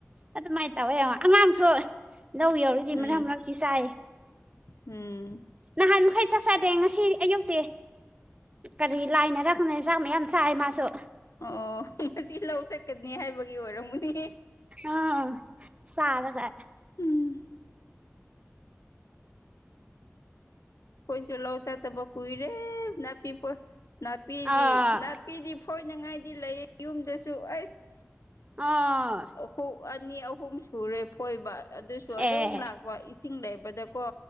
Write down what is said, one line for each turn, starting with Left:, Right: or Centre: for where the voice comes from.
Right: ꯑꯗꯨꯃꯥꯏꯅ ꯇꯧꯋꯦ ꯑꯉꯥꯡꯁꯨ ꯂꯧ ꯌꯧꯔꯤꯗꯤ ꯃꯅꯥꯛ
Left: ꯎꯝ
Right: ꯃꯔꯛꯇꯤ ꯆꯥꯏ
Left: ꯎꯝ
Right: ꯅꯟ ꯈꯩ ꯆ ꯁꯥꯥꯏꯗꯦ ꯌꯦ ꯉ ꯁꯤ ꯑꯩꯌꯨꯛꯇꯤ ꯀꯔꯤ ꯂꯥꯏꯅꯔꯛꯅ ꯆꯥꯛ ꯃꯌꯥꯝ ꯆꯥꯏ ꯃꯥꯁꯨ
Left: ꯑꯣ ꯉꯁꯤ ꯂꯧ ꯆꯠꯀꯅꯤ ꯍꯥꯏꯕꯒꯤ ꯑꯣꯏꯔꯝꯒꯅꯤ
Right: ꯑꯥ ꯁꯥꯗꯒ
Left: ꯎꯝ ꯀꯣꯏꯁꯨ ꯂꯥꯎ ꯆ ꯇꯕ ꯀꯨꯏꯔꯦ ꯅꯅꯥꯄꯤꯄꯤ ꯄ ꯅꯥꯄꯤꯗꯤ
Right: ꯑꯥ
Left: ꯅꯥꯄꯤꯗꯤ ꯐꯣꯏꯅꯉꯥꯏꯗꯤ ꯂꯩ ꯌꯨꯝꯗꯁꯨ ꯑꯩꯁ
Right: ꯑꯥ
Left: ꯍꯨ ꯑꯅꯤ ꯑꯍꯨꯝ ꯁꯨꯔꯦ ꯐꯣꯏꯕ ꯑꯗꯨꯁꯨ ꯑꯗꯨꯝ
Right: ꯑꯦ
Left: ꯂꯥꯛꯄ ꯆꯤꯡ ꯂꯩꯕꯗꯀꯣ